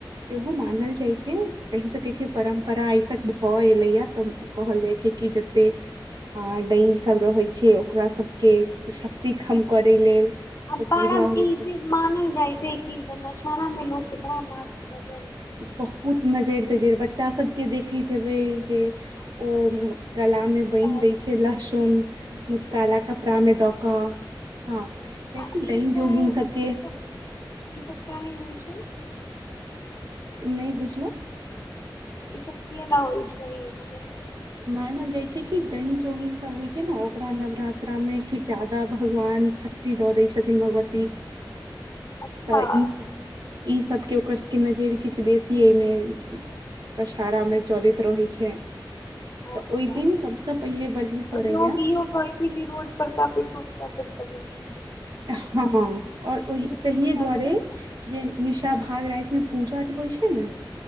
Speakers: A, on the right; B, on the left.
A: सेहो मानल जाइ छै कहि सकैत छियै परम्परा आइ तक भऽ एलैएा तऽ कहल जाइ छै कि जतेक आ। डइन सब रहै छै ओकरा सबके शक्ति कम करै लेल।
B: आ
A: ओ
B: बड़
A: पूजा होइ
B: ई
A: छै
B: चीज मानल जाइ छै इर। सारामे लोक के बना नाच। <unintelligible>
A: बहुत नजरि तजरि बच्चा सबके देखैत। देै जे ओ। गला में बान्हि
B: काज
A: दै छै लहसुन काला कपड़ा में दऽ कऽ हँ कियाकि
B: आ ई
A: डाई
B: तऽ
A: योगिन सबके।
B: ई सब ई सब काहे
A: <unintelligible>
B: होइ छै
A: नई बुझलो। <unintelligible>
B: ई सब क नहि होइ छै। <unintelligible>
A: मानल जाइ छै। कि डान चोगिन सब होइ छै ने ओकरा नवरात्रामे कि ज्यादा भगवान शक्ति दऽ दै छथिन भगवती। <unintelligible>
B: अच्छा
A: तऽ ईसभ। <unintelligible> ई सबके ओकर सबके नजर किछु बेसी एहिमे दशराा मे चलैत रहै छै।
B: अच्छा
A: तऽ ओहि दिन सबसँ पहिले बलि पड़ैया
B: लोग इहो कहै छै कि रोड पर क फिटूट क। <unintelligible> अभ। <unintelligible>
A: हँ और ओहि
B: सब
A: तहिे
B: टूटता
A: दुआरे
B: सही ने छै
A: जे निशा भाग राति मे पूजा जे होइ छै। <unintelligible> ने। <unintelligible>